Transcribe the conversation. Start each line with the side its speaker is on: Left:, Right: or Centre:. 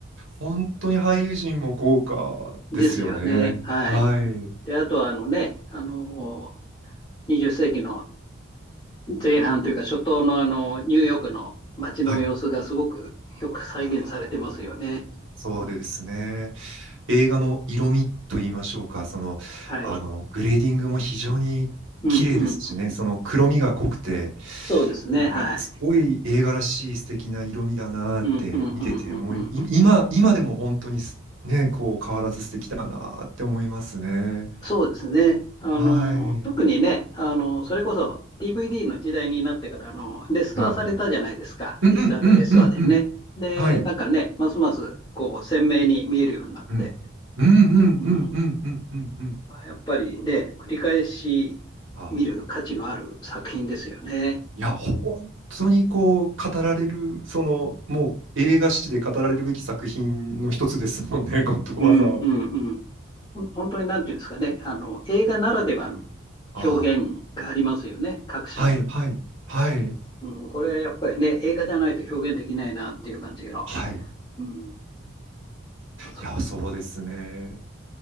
Right: 本当に俳優陣も豪華ですよね。
Left: ですよね。はい。
Right: はい。
Left: で、あとはあのね、あのー、20世紀の前半というか初頭のあの、ニューヨークの街の様子がすごくよく再現されてますよね。
Right: はい。ああ、そうですね。映画の色味と言いましょうか、その、
Left: はい。
Right: あの、グレーディングも非常に綺麗ですしね、
Left: うんうんうん。
Right: その黒みが濃くて、
Left: そうですね。
Right: なんか、
Left: はい。
Right: すごい映画らしい素敵な色味だなーって見てて、
Left: うんうんうんうんうん。
Right: もうい今、今でも本当にすね、こう変わらず素敵だなーって思いますね。
Left: そうですね。あの、
Right: はい。
Left: 特にね、あの、それこそ DVD の時代になってから、あの、レストアされたじゃないですか。
Right: うんうん。
Left: デジタルレストアでね。
Right: うんうんうんうんうん。
Left: で、
Right: はい。
Left: なんかね、ますますこう鮮明に見えるようになって。
Right: うん。うんうんうんうんうんうんうん。
Left: うんあやっぱりね、繰り返し
Right: ああ、
Left: 見る価値のある作品ですよね。
Right: いや、本当にこう、語られる、その、もう映画史で語られるべき作品の一つですもんね、<laughs> ゴッドファザーは。
Left: うん、うん、うん。ほん本当になんていうんですかね、あの、映画ならではの
Right: あ
Left: 表現がありますよね、各所に。
Right: あ、はい、はい、はい、
Left: うん、これはやっぱりね、映画じゃないと表現できないなっていう感じの。
Right: はい。い
Left: うん。あそ
Right: や、そうですね。